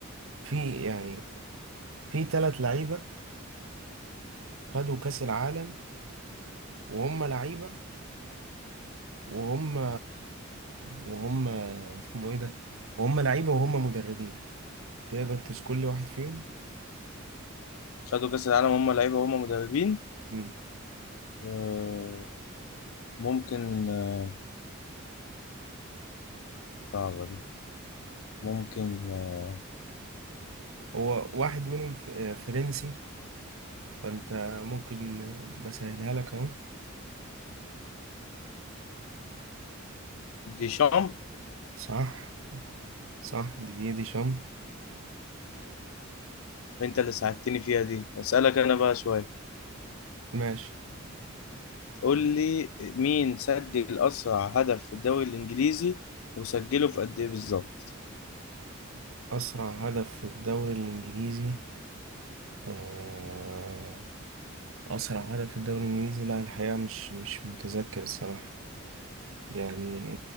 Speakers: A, on the right; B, on the left.
A: في يعني في ثلاث لعيبة خدوا كأس العالم وهم لعيبة وهم وهم اسمه ايه ده وهم لعيبة وهم مدربين تقدر تشكل لي واحد فيهم
B: خدوا كأس العالم هم لعيبة هم مدربين
A: مم.
B: آه، ممكن آه، صعبة دي ممكن آه،
A: هو واحد منهم ف- آه، فرنسي فانت ممكن بسهلها لك اهو
B: ديشامب
A: صح صح دي دي, دي شام
B: انت اللي ساعدتني فيها دي اسألك انا بقى شوية
A: ماشي
B: قول لي مين سجل أسرع هدف في الدوري الإنجليزي وسجله في قد إيه بالظبط
A: أسرع هدف في الدوري الإنجليزي آه أسرع هدف في الدوري الإنجليزي لا الحقيقة مش مش متذكر الصراحة يعني